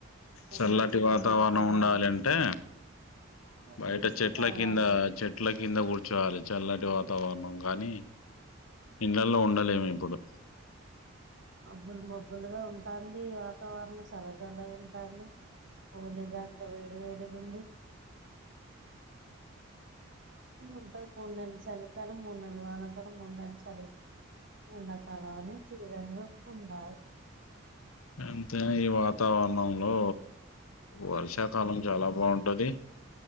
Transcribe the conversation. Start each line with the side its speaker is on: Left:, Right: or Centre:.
Left: చల్లటి
Right: మంచి
Left: వాతవరణం
Right: పండ్లు పొలాలు
Left: ఉండాలి అంటే బయట
Right: జ్యూసులు
Left: చెట్ల
Right: తాగాలి
Left: కింద చెట్ల కింద కూడ్చోవాలి చల్లటి వాతవరణం గనీ ఇళ్లలో ఉండలేము ఇప్పుడు
Right: మబ్బులు మబ్బులుగ ఉంటాంది వాతవరణం సల్ల సల్లగ ఉంటాంది ఒలిదాక వేడి వేడి గ ఉంది ఉంటది మూడు నెల్లు చలి మూడునెల్లు వానకాలం మూడు నెల్లు చలి ఎండాకాలం అని సీజన్ లో ఉండాయి
Left: ఎంతైనా ఈ వతావరణంలో వర్షాకాలం చాలా బాగుంటది